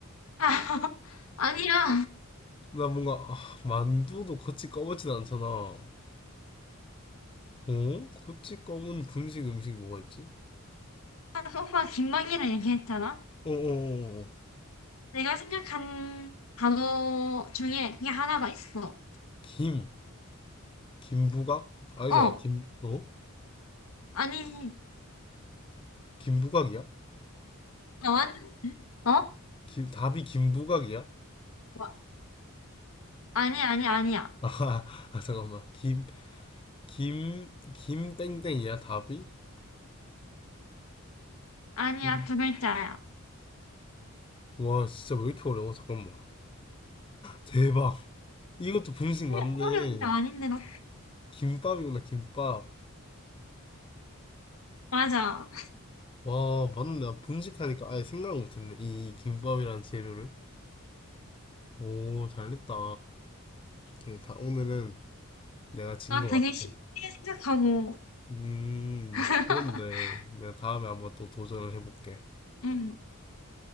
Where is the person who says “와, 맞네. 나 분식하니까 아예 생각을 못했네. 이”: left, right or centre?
Left